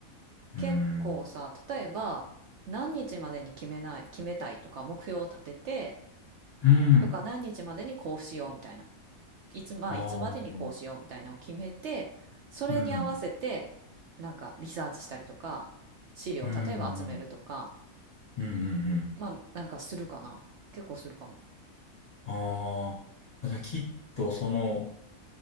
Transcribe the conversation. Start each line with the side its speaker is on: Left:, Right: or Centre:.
Left: うん。
Right: 結構さ、例えば何日までに決めない、決めたいとか目標を立てて、
Left: うん。
Right: とか何日までにこうしようみたいな。いつ、まあいつまでにこうしようみたいなのを決めて、
Left: ああ。
Right: それに合わせてなんかリサーチしたりとか、
Left: うん。
Right: 資料を例えば集めるとか、
Left: うん。うん。うん。
Right: まあなんかするかな。結構するかも。
Left: ああ。じゃあ、きっと、その、